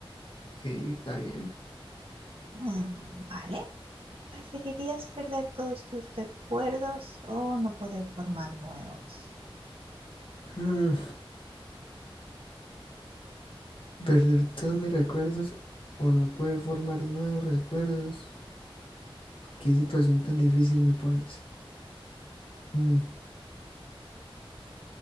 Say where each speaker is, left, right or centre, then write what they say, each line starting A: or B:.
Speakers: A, on the left; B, on the right.
A: Ok, está bien.
B: Mm, vale. ¿Preferirías perder todos tus recuerdos o no poder formar nuevos?
A: Mm, ¿Perder todos mis recuerdos o no poder formar nuevos recuerdos? ¿Qué situación tan difícil me pones? Mm.